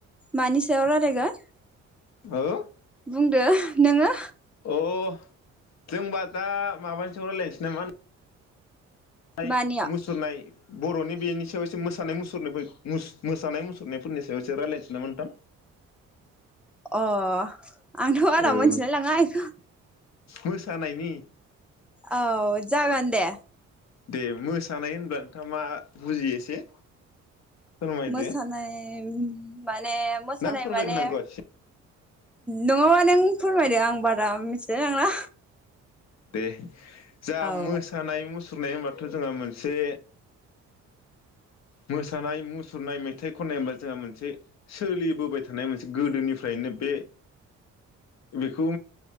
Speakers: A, in the centre; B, on the left (about 60°).
A: मानि सायाव रायलायगोन?
B: हो।
A: बुंदो नोङो।
B: अ जों होनबा दा माबानि सायाव रायलायनोसै नामा? <unintelligible>
A: मानियाव
B: मुसुरनाय बर'नि बेनि सायाव एसे मोसानाय मुसुरनाय मोसानाय मुसुरनायफोरनि सायाव एसे रायज्लायनोसै नामा नोंथां?
A: अ आंथ आदा
B: औ
A: मोनथिलाय लाङा इखौ।
B: मोसानायनि
A: औ जागोन दे।
B: दे मोसानाय होनब्ला नोंथाङा मा बुजियो एसे फोरमायदो
A: मोसानाय माने मोसानाय
B: ना आं फोरमायग्रोनांगौ
A: माने नङाबा नों फोरमायदो आं बारा मिथि लांला।
B: दे। जा
A: औ
B: मोसानाय मुसु सुरनाय होमबाथ जोंहा मोनसे मोसानाय मुसुरनाय मेथाइ खननाय होनबा जोंहा मोनसे सोलिबोबाय थानाय मोनसे गोदोनिफ्रायनो बे बेखौ